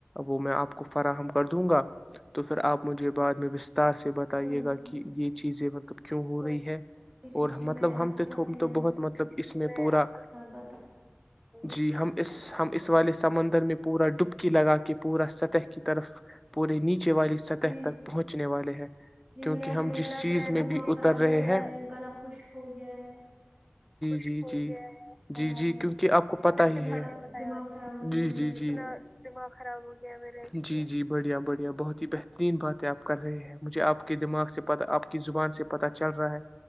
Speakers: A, in the centre; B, on the right.
A: وہ میں آپ کو فراہم کر دوں گا تو پھر آپ مجھے یہ بع میں <unintelligible> ار سے بتائیے
B: کوئی مسئلہ
A: گا کہ
B: نہیں
A: یہ چیزیں مطلب کیوں ہو رہی ہے
B: جی جی
A: اور
B: جی
A: مطلب
B: میں آپ
A: ہم
B: کو
A: تو
B: تفصیلا
A: تھ تو بہت مطلب اس میں پورا
B: سب بتا
A: جی ہم اس ہم اس والے سمندر میں پورا ڈبکی لگا کے پورا سطح کی طرف پورے نیچے چ والی سطح
B: جی
A: تک
B: جی
A: پہنچنے والے ہیں
B: جی
A: کیونکہ
B: ل
A: ہم
B: میرا
A: جس
B: صبح
A: چیز
B: سے
A: میں
B: دماغ
A: بھی
B: خراب
A: اتر رہے
B: ہو گیا
A: ہیں
B: ہے گلا خشک ہو گیا ہے
A: جی جی
B: تیار
A: جی جی
B: ہے
A: کیونکہ آپ کو پت
B: کیونکہ اتنا
A: ہی ہے
B: دماغ خراب ہو گیا
A: جی
B: میرا
A: جی
B: اس
A: جی
B: سے
A: خراب ہو گیا جی جی بڑھیا بڑھیا بہت ا بہترین باتیں آپ کر رہے ہیں مجھے آپ کے دماغ سے پتا آپ کی زبان سے پتہ چل رہا ہے